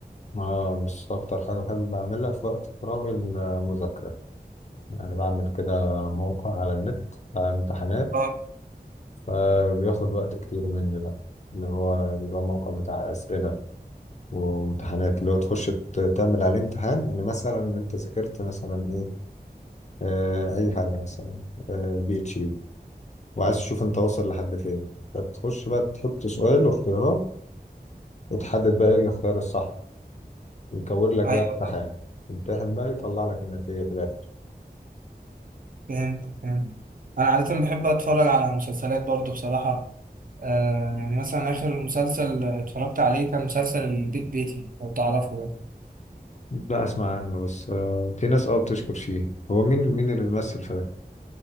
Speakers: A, on the left; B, on the right.
A: اه بس اكتر حاجة بحب بعملها في وقت فراغي المذاكرة يعني بعمل كده موقع على النت بتاع امتحانات
B: اه
A: فبياخد وقت كتير مني بقى اللي هو بيبقى موقع بتاع أسئلة وامتحانات اللي هو تخش ت- تعمل عليه امتحان يعني مثلا انت ذاكرت مثلا ايه آه اي حاجه مثلا آه بي اتش بي وعايز تشوف انت واصل لحد فين فتخش بقى تحط سؤال واختيارات وتحدد بقى ايه الاختيار الصح يكون لك
B: ايوه
A: بقى امتحان امتحن بقى يطلع لك النتيجه في الاخر
B: فهمت فهمت انا عاده بحب اتفرج على مسلسلات برضو بصراحه آه يعني مثلا اخر مسلسل اتفرجت عليه كان مسلسل البيت بيتي لو تعرفه ده
A: لا اسمع عنه بس آه في ناس اه بتشكر فيه هو مين مين اللي بيمثل في ده